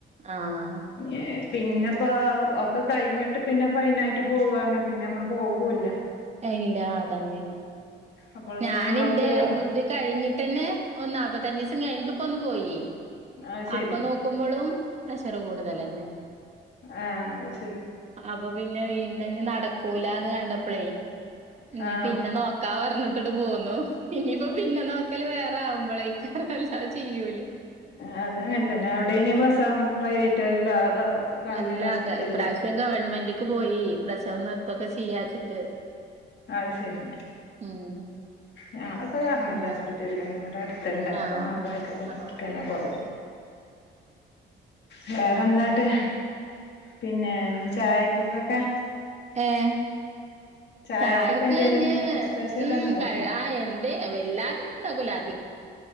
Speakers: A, on the right; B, on the left.
A: ആഹ്
B: ഏ പിന്നെപ്പോ ഒക്കെ കഴിഞ്ഞിട്ട് പിന്നെപ്പ അയിനായിറ്റ് പോവാർണാ പിന്നെ ഞമ്മള് പോവൂല്ലാ.
A: എഹ്ഇല്ലാ അതന്നേണ്
B: അപ്പോഴത്തേന്
A: ഞാന്ന്റെ
B: നമ്മൾക്ക്
A: ഇത് കഴിഞ്ഞിട്ടെന്നെ ഒന്ന് നാല്പ്പത്തഞ്ചീസം കഴിഞ്ഞിട്ട് ഇപ്പൊന്ന് പോയി.
B: അത് ശരി
A: അപ്പം നോ കുമ്പളും പ്രഷറ് കൂടുതലെന്നെ.
B: ഏഹ് അഹ് ശരി.
A: അപ്പൊ പിന്നെ പിന്നെഞ്ഞ് നടക്കൂലാന്ന് കണ്ടപ്പളേ ഇഞ്ഞ്
B: ആഹ്
A: പിന്നെ നോ ക്കാ പറഞ്ഞിട്ട് ങ്ങട് പോന്നു. ഇനീപ്പോ പിന്നെ നോക്കല് വേറെ ആവുമ്പളേക്കാര അല്ലാതെ ചെയ്യൂലേ.
B: ആഹ് അത് അങ്ങനെ തന്നെ. എവിടെനി പ്രസവം പ്രൈവറ്റോയ്ല്ലോ അതോ ഗവൺമെന്റ്
A: അല്ല
B: ഹോസ്പിറ്റലിലോ
A: ഗ ഇപ്രാവശ്യം ഗവൺമെൻ്റ്ക്ക് പോയി. പ്രസവ നിർത്തൊക്കെ ചെയ്യാ വെച്ചിട്ട്.
B: അഹ് ശരി.
A: ഉം.
B: ഞങ്ങളൊക്കെ ഗവൺമെന്റ്
A: ഏ
B: ഹോസ്പിറ്റൽലെന്നെ. ഇവടെ അടുത്ത്ണ്ട് അപ്പം
A: ആഹ്
B: അവിടെയൊക്കെ തന്നെ
A: ആഹ്
B: അവ്ട്ക്കന്നെ പോവല്. വേറെന്താ ന്ന്ട്ട്? പിന്നെ ഇഞ്ഞ് ചായക്കക്കൊക്കെ?
A: ഏഹ്
B: ചായക്കൊക്കെ
A: ചായക്ക്
B: എന്തേലും
A: ഇഞ്ഞ്
B: സ്പെഷ്യൽ
A: ഉം
B: ഒന്നും ഉണ്ടാക്കോ
A: ആ എ ന്തേ വല്ലാത്യൊന്നുംണ്ടാക്കൂലാ. അധി